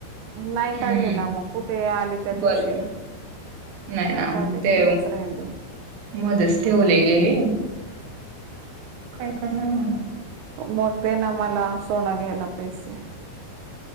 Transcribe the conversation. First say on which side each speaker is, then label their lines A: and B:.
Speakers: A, on the right (about 80°); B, on the right (about 65°).
A: नाही
B: हम्म
A: काढली ना मग कुठे आली त्या दिवशी.
B: बरं बर. नाही ना
A: काढले
B: मग
A: तिकडेच
B: ते
A: राहिले
B: मध्येच ठेवली गेली. काय करणार मला.
A: मग दे ना मला सोनं घ्यायला पैसे.